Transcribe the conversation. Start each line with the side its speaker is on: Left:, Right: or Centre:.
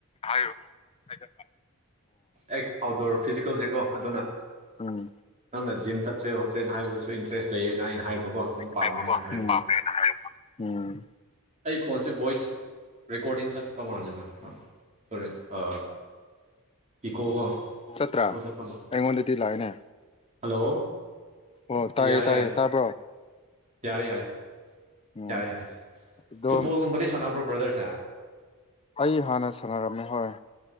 Left: ꯍꯥꯏꯌꯣ ꯍꯥꯏꯒꯟꯕ
Right: ꯑꯦ ꯑꯥꯎꯠꯗꯣꯔ ꯐꯤꯖꯤꯀꯦꯜꯁꯦꯀꯣ ꯑꯗꯨꯅ ꯅꯪꯅ
Left: ꯎꯝ
Right: ꯖꯤꯝ ꯆꯠꯁꯦꯕ ꯅ ꯍꯥꯏꯕꯗꯨꯁꯨ ꯏꯟꯇꯔꯦꯁ ꯂꯩꯌꯦꯅ ꯑꯩꯅ ꯍꯥꯏꯕꯀꯣ ꯑꯗꯨꯝ ꯄꯥꯝꯃꯦꯅ
Left: ꯍꯥꯏꯕꯀꯣ
Right: ꯍꯥꯏꯔꯨꯕ
Left: ꯄꯥꯝꯃꯦꯅ ꯍꯥꯏꯕ ꯎꯝ
Right: ꯑꯩ ꯈꯣꯟꯁꯦ ꯚꯣꯏꯁ ꯔꯦꯀꯣꯔꯗꯤꯡ ꯆꯠꯄ ꯃꯥꯜꯂꯦꯗ ꯁꯣꯔꯦ ꯑ ꯏꯀꯣꯒꯣ
Left: ꯆꯠꯇ꯭ꯔꯥ
Right: ꯏꯀꯣ ꯆꯠꯄ ꯃ
Left: ꯑꯩꯉꯣꯟꯗꯗꯤ ꯂꯥꯛꯏꯅꯦ
Right: ꯍꯜꯂꯣ
Left: ꯑꯣ ꯇꯥꯏꯌꯦ
Right: ꯌꯥꯔꯦ
Left: ꯇꯥꯏꯌꯦ
Right: ꯌꯥꯔꯦ
Left: ꯇꯥꯕ꯭ꯔꯣ
Right: ꯌꯥꯔꯦ ꯌꯥꯔꯦ
Left: ꯎꯝ
Right: ꯌꯥꯔꯦ ꯌꯥꯔꯦ
Left: ꯑꯗꯣ
Right: ꯐꯨꯠꯕꯣꯜꯒꯨꯝꯕꯗꯤ ꯁꯥꯟꯅꯕ꯭ꯔꯣꯕ ꯕ꯭ꯔꯗꯁꯦ
Left: ꯑꯩ ꯍꯥꯟꯅ ꯁꯥꯟꯅꯔꯝꯃꯦ ꯍꯣꯏ